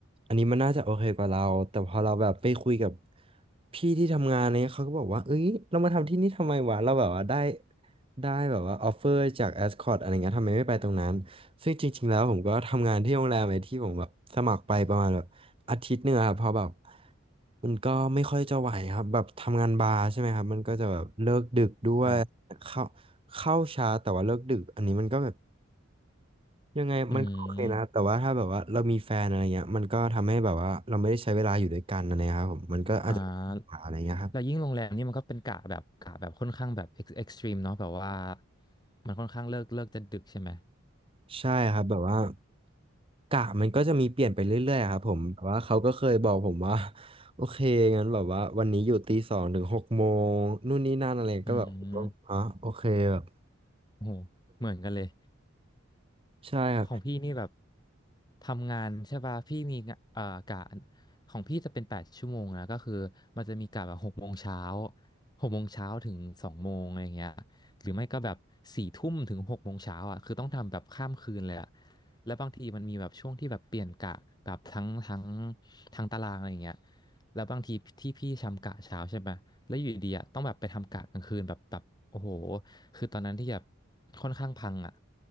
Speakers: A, on the right (about 25°); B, on the left (about 20°).
A: อันนี้มันน่าจะโอเคกว่าเราแต่พอเราแบบไปคุยกับพี่ที่ทำงานเนี้ยเขาก็บอกว่าเอ้ยเรามาทำที่นี่ทำไมวะเราแบบว่าได้ได้แบบว่าออฟเฟอร์จากแอสคอตอะไรเงี้ยทำไมไม่ไปตรงนั้น ซึ่งจริงๆแล้วผมก็ทำงานที่โรงแรมไอ้ที่ผมแบบสมัครไปประมาณแบบอาทิตย์หนึ่งอะครับเพอแบบมันก็ไม่ค่อยจะไหวครับแบบทำงานบาร์ใช่ไหมครับมันก็จะแบบเลิกดึกด้วยเข้า
B: ครับ
A: เข้าช้าแต่ว่าเลิกดึกอันนี้มันก็แบบยังไงมันก็โอเคนะแต่ว่าถ้าแบบว่าเรามีแฟนอะไรเงี้ยมันก็ทำให้แบบว่าเราไม่ได้ใช้เวลาอยู่ด้วยกันอะไรเงี้ยครับผมมันก็อาจจะมีปัญหาอะไรเงี้ยครับ
B: อืมอ่าแล้วยิ่งโรงแรมนี่มันก็เป็นกะแบบกะแบบค่อนข้างแบบเอ็กซ์เอ็กซ์ตรีมเนาะแบบว่ามันค่อนข้างเลิกเลิกจะดึกใช่ไหม
A: ใช่ครับแบบว่ากะมันก็จะมีเปลี่ยนไปเรื่อยๆครับผมแต่ว่าเขาก็เคยบอกผมว่า <laughs> โอเคงั้นแบบว่าวันนี้อยู่ตีสองถึงหกโมงนู่นนี่นั่นอะไรก็แบบอ๋อโอเคแบบ
B: อืมโหเหมือนกันเลย
A: ใช่ครับ
B: ของพี่นี่แบบทำงานใช่ป่ะพี่มีงะเอ่อกะของพี่จะเป็นแปดชั่วโมงนะก็คือมันจะมีกะแบบหกโมงเช้าหกโมงเช้าถึงสองโมงอะไรเงี้ยหรือไม่ก็แบบสี่ทุ่มถึงหกโมงเช้าอ่ะคือต้องทำแบบข้ามคืนเลยอ่ะ แล้วบางทีมันมีแบบช่วงที่แบบเปลี่ยนกะกับทั้งทั้งทั้งตารางอะไรอย่างเงี้ยแล้วบางทีที่พี่ทำกะเช้าใช่ไหมแล้วอยู่ดีอ่ะต้องแบบไปทำกะกลางคืนแบบแบบโอ้โหคือตอนนั้นที่แบบค่อนข้างพังอ่ะ